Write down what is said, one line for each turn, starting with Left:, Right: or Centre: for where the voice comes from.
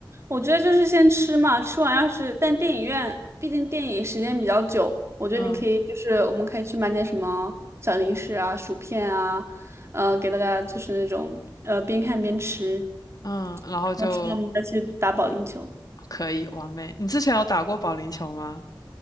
Right: 我觉得就是先吃嘛，吃完要是但电影院毕竟电影时间比较久，我觉得你可以就是我们可以去买点什么小零食啊、
Left: 嗯
Right: 薯片啊，呃，给大家就是那种呃边看边吃，
Left: 嗯，然后就
Right: 然后吃完我们再去打保龄球。
Left: 可以，完美。你之前有打过保龄球吗？